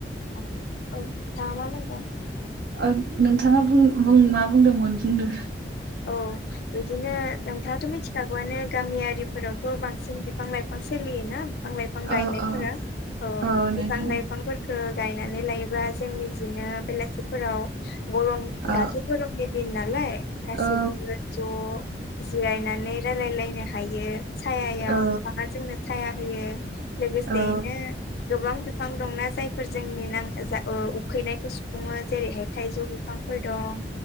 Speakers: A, on the left; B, on the right.
A: नोंथाङा मा बुंदों
B: ओं नोंथाङा बुं मा बुंदोंमोन बुंदों
A: औ बिदिनो नोंथाङाथ मिथिखागौआनो गामियारिफोरावथ बांसिन बिफां लाइफां सोलियोना बिफां लाइफां गायनायफोरा
B: ओ ओ
A: ओ
B: औ नोंथां
A: बिफां लाइफांफोरखो गायनानै लायोबा जों निजिनो बेलासिफोराव गरम दाथ
B: ओ
A: गरमनि दिन नालाय गासिबो
B: औ
A: ज जिरायनानै रायलायलायनो हायो सायायाव
B: औ
A: बिफाङा जोंनो साया होयो लोगोसेयैनो
B: औ
A: गोबां बि फां दंना जायफोर जोंनि नां जा ओ उखैनायखौ सुफुङो जेरैहाय थाइजौ बिफांफोर दं